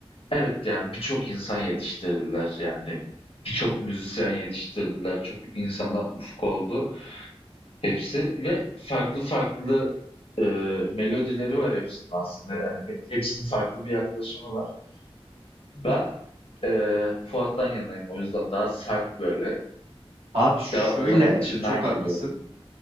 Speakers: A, on the left; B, on the right.
A: evet yani birçok insan yetiştirdiler yani. Birçok müzisyen yetiştirdiler. Çok insana ufuk oldu. Hepsi ve farklı farklı, eee, melodileri var hepsinin aslında. Yani hepsinin farklı bir yaklaşımı var. Ben, eee, Fuat'tan yanayım o yüzden. Daha sert böyle,
B: Abi şöyle
A: daha olayın içinden
B: çok haklısın.
A: geliyor.